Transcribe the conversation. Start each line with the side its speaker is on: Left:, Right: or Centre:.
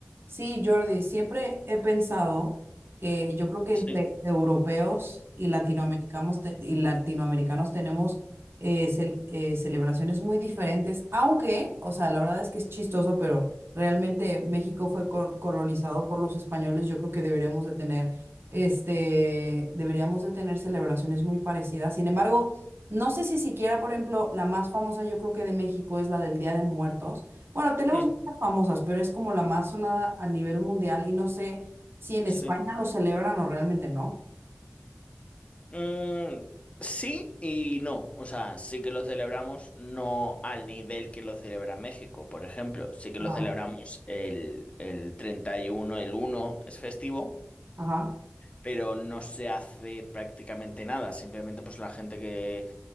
Right: Sí, Jordi, siempre he pensado que yo creo que entre
Left: Sí,
Right: europeos y latinoamericanos,
Left: mm,
Right: te- y latinoamericanos tenemos eh, cel- eh, celebraciones muy diferentes, aunque, o sea, la verdad es que es chistoso, pero realmente México fue col- colonizado por los españoles, yo creo que deberíamos de tener, este, deberíamos de tener celebraciones muy parecidas. Sin embargo, no sé si siquiera, por ejemplo, la más famosa yo creo que de México es la del Día de Muertos bueno, tenemos
Left: mm,
Right: muchas famosas, pero es como la más sonada a nivel mundial y no sé si en
Left: sí.
Right: España lo celebran o realmente no.
Left: Mm, sí y no. O sea, sí que lo celebramos, no al nivel que lo celebra México, por ejemplo. Sí que
Right: Ajá.
Left: lo celebramos el, el 31, el uno es festivo,
Right: Ajá.
Left: pero no se hace prácticamente nada. Simplemente pues la gente que